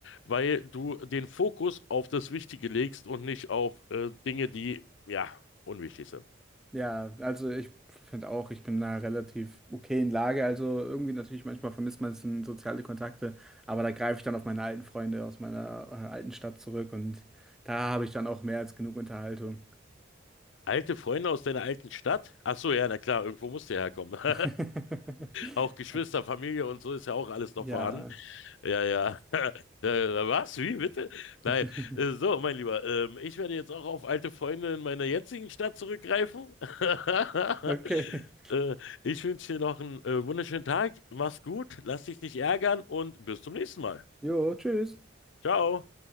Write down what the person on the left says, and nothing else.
weil du den Fokus auf das Wichtige legst und nicht auf äh, Dinge, die, ja, unwichtig sind.
Alte Freunde aus deiner alten Stadt? Ach so, ja, na klar, irgendwo musst du ja herkommen. <laughs>
Auch Geschwister, Familie und so ist ja auch alles
noch vorhanden. Ja, ja. <laughs> Äh, Was? Wie bitte? Nein.
Äh, So, mein Lieber, ähm, ich werde jetzt auch auf alte Freunde in meiner jetzigen Stadt zurückgreifen. <laughs>
Äh, ich wünsche dir noch einen äh, wunderschönen Tag. Mach's gut, lass dich nicht ärgern und bis zum nächsten Mal.
Ciao.